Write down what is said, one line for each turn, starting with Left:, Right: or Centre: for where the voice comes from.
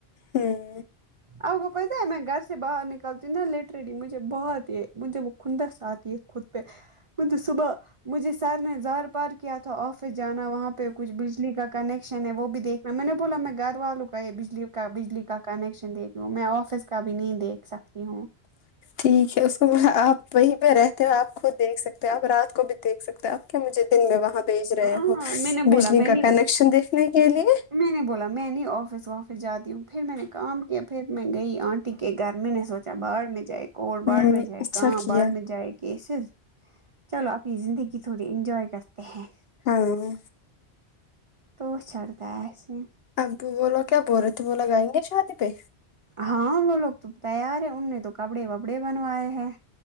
Left: ہوں
Right: آپ کو پتہ ہے میں گھر سے باہر نکلتی نہ لٹرلی مجھے بہت یہ مجھے وہ کھوندس آ تی ہےخود پے میں تو صبح مجھے سر نے زار پار کیا تھا آفس جانا وہاں پہ کچھ بجلی کا کنیکشن ہے وہ بھی دیکھ نا میں نے بولا میں گھر والوں کا یہ بجلی کا بجلی کا کنیکشن دیکھوں میں آفس کا بھی نہیں دیکھ سکتی ہوں
Left: ٹھیک ہے اس کو آپ وہیں پہ رہتے ہو آپ خود دیکھ سکتے ہو آپ رات کو بھی دیکھ سکتے ہیں آپ کیوں مجھے دن میں وہاں بھیج رہے
Right: ہاں
Left: ہو
Right: میں نے بولا
Left: بجلی
Right: میں
Left: کا
Right: نے
Left: کنیکشن دیکھنے کے لیے
Right: میں نے بولا میں نہیں آفس وافس جاتی ہوں پھر میں نے کام کیا پھر میں گئی آنٹی کے گھر میں نے سوچا بھاڑ میں جائے کورٹ بھاڑ
Left: ہوں
Right: میں جائے
Left: اچھا
Right: کام
Left: کیا
Right: باڑھ میں جائے کیسز چلو اپنی زندگی تھوڑی انجوائے کرتے ہیں
Left: ہاں
Right: تو چڑھتا ہے اس میں
Left: ابو وہ لوگ کیا بول رہے تھے وہ لگائیں گے شادی پہ
Right: ہاں وہ لوگ تو تیار ہے ان نے تو کپڑے وپڑے بنوائے ہیں